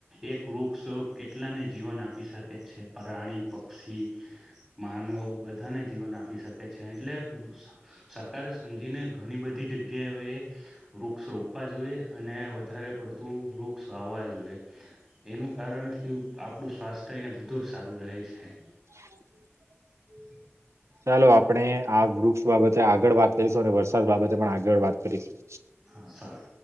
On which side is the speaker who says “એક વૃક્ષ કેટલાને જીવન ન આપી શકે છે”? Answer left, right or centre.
Right